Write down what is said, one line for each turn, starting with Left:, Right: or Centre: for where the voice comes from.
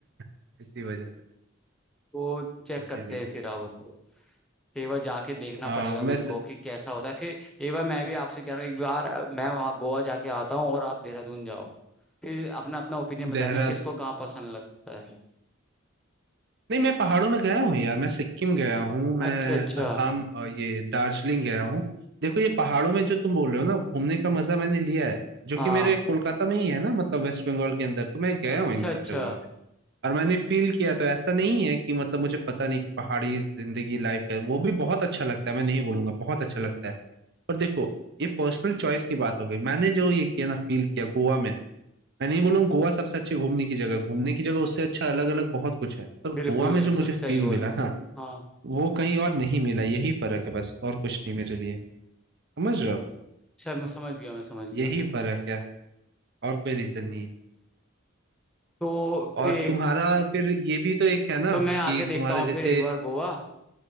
Right: <laughs> इसी वजह से
Centre: वो चेक
Right: इसीलिए
Centre: करते हैं फिर अब एक बार जाके देखना
Right: आ,
Centre: पड़ेगा
Right: मैं
Centre: मेरे
Right: स-
Centre: को कि कैसा होता है फिर एक बार मैं भी आपसे कह रहा हूँ एक बार मैं वहाँ गोवा जाके आता हूँ और आप देहरादून जाओ फिर अपना अपना ओपिनियन बताना
Right: देहरादून
Centre: किसको कहाँ पसंद लगता है
Right: नहीं मैं पहाड़ों में गया हूँ यार मैं सिक्किम गया हूँ मैं
Centre: अच्छा अच्छा
Right: असम अ, ये दार्जिलिंग गया हूँ देखो ये पहाड़ों में जो तुम बोल रहे हो ना घूमने का मजा मैंने लिया है जो
Centre: हाँ
Right: कि मेरे कोलकाता में ही है ना मतलब वेस्ट बंगाल के अंदर तो मैं गया हूँ
Centre: अच्छा
Right: इन सब
Centre: अच्छा
Right: जगहों पे और मैंने फील किया तो ऐसा नहीं है कि मतलब मुझे पता नहीं कि पहाड़ी जिंदगी लाइफ है वो भी बहुत अच्छा लगता है मैं नहीं बोलूंगा बहुत अच्छा लगता है पर देखो ये पर्सनल चॉइस की बात हो गई मैंने जो ये किया ना फील किया गोवा में मैं नहीं बोलूंगा गोवा सबसे अच्छी घूमने की जगह घूमने की जगह उससे अच्छा अलग अलग बहुत कुछ है पर
Centre: बिल्कुल
Right: गोवा
Centre: बिल्कुल
Right: में जो मुझे
Centre: सही
Right: फील
Centre: बोल
Right: मिला
Centre: रहे
Right: ना
Centre: हो हाँ
Right: वो कहीं और नहीं मिला यही फर्क है बस और कुछ नहीं मेरे लिए समझ रहे हो
Centre: सर मैं समझ गया मैं समझ गया
Right: यही फर्क है और कोई रीजन नहीं है
Centre: तो फिर
Right: और
Centre: एक
Right: तुम्हारा फिर ये भी तो एक है ना
Centre: तो मैं
Right: कि
Centre: आके देखता
Right: तुम्हारे
Centre: हूँ
Right: जैसे
Centre: फिर एक बार गोवा